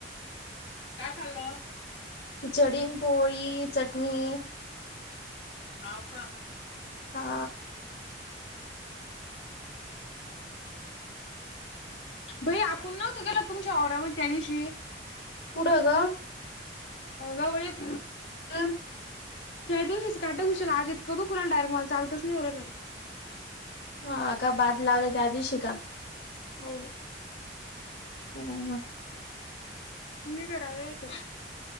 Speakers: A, on the left; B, on the left.
A: काय खाल्लं?
B: खिचडीन,
A: खिचडी
B: पोळी, चटणी.
A: हाव का?
B: हा.
A: भैय्या आपुण नव्हतो गेलो तुमच्या औडावत त्या दिवशी.
B: कुठं गं?
A: गवळीत.
B: <inaudible>
A: त्या दिवशीस काटा घुशला आज इतका दुखला डायरेक्ट मला चालताच नाय ओरडले मी.
B: हा का बाद लावले त्या दिवशी का?
A: हो.
B: हा.
A: मी जरा वेळ येतो.